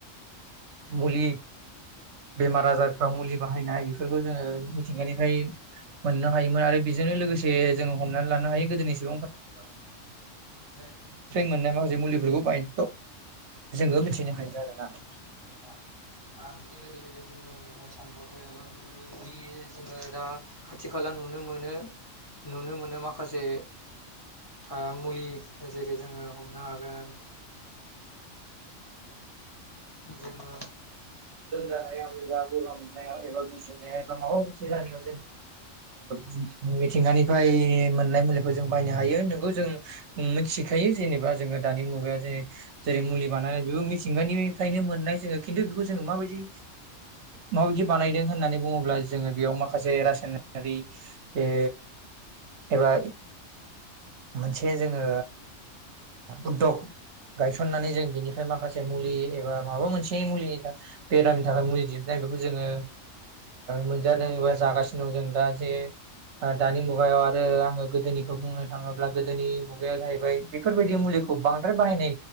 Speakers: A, on the right; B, on the left.
A: मुलि बेमार आजारफ्राव मुलि बाहायनाय बेफोरखौ जोङो मिथिंगानिफ्राय मोननो हायोमोन आरो बेजोंनो लोगोसे जोंङ हमनानै लानो हायो गोदोनि सम
B: <unintelligible> सानबावदों
A: मोननाय माखासे मुलिफोरखौ बायनायखौ जोङो मिथिनो हायो आरोना
B: जोंदि जोङो दा खाथि खाला नुनो मोनो नुनो मोनो माखासे हा मुलि जेरै जोङो हमनो हागोन जोङो
A: लोमजानायाव एबा गगा मोननायाव एबा गुजुनायाव एबा माबा मोनसे जानायाव जोङो मिथिंगानिफ्राय मोननाय मुलिखौ जों बायनो हायो नोंखौ जों मिथिखायो जेनेबा जोङो दानि मुगायाव जे जेरै मुलि बानायानानै बेबो मिथिंगानिफ्राय मोननाय जो खिन्थु बेखौ जों जों माबायदि माबायदि बानायदों होननानै बुङोब्ला जोङो बेयाव माखासे रासायनारि ए एबा मोनसे जोङो उददग गायसननानै जों बिनिफ्राय माखासे मुलि एबा माबा मोनसे मुलिनि थाखाय बेरामनि थाखाय मुलि दिहुननाय बेखौ जोङो मोनजादों एबा जागासिनो दं जों दा जे दानि मुगायाव आरो आङो गोदोनिखौ बुंनो थाङोब्ला गोदोनि मुगाया जाहैबाय बेफोरबायदि मुलिखौ बांद्राय बाहायनाय